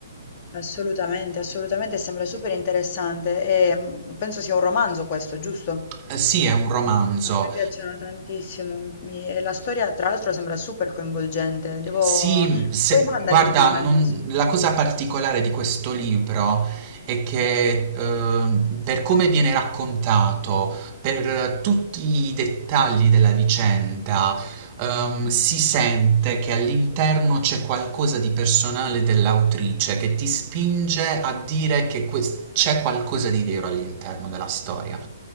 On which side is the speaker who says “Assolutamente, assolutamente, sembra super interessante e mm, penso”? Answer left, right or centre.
Left